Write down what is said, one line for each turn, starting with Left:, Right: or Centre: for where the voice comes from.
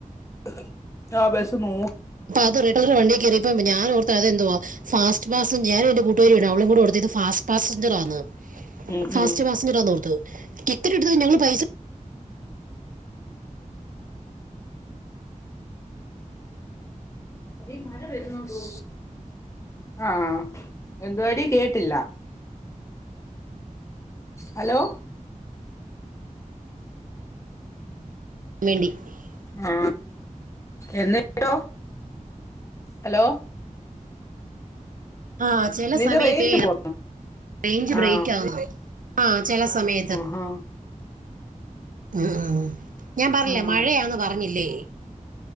Left: <unintelligible> ആ ബെസ് നോ
Right: അപ്പൊ അത് വണ്ടി കയറിയപ്പോ ഞാൻ ഓർത്തതെന്തുവാ ഫാസ്റ്റ് <unintelligible> ഞാനും എന്റെ കൂട്ടുകാരിയാണ് അവളും കൂടെഓടുത്തത് ഫാസ്റ്റ് പാസഞ്ചർ ആണ്
Left: ഉം
Right: ഫാസ്റ്റ്
Left: ഉം
Right: പാസഞ്ചർ ആന്നോർത്തൂ ടിക്കറ്റ് എടുത്ത ഞങ്ങള് പൈസ
Left: അതേ മഴ വരുന്നെന്ന് തോ ആ എന്തുവടി കേട്ടില്ല. ഹലോ?
Right: <inaudible>
Left: ആ എന്നട്ടോ, ഹലോ?
Right: ആ ചെല
Left: നിന്റെ
Right: സമയത്തേ
Left: റേഞ്ച് പോ
Right: റേഞ്ച് ബ്രേക്ക്
Left: ആഹ്
Right: ആക്ന്ന് ആ ചെല സമയത്ത്.
Left: ആഹാ
Right: ഉം ഞാൻ പറഞ്ഞ്ലേ
Left: ആഹ്
Right: മഴയാന്നു പറഞ്ഞില്ലേ.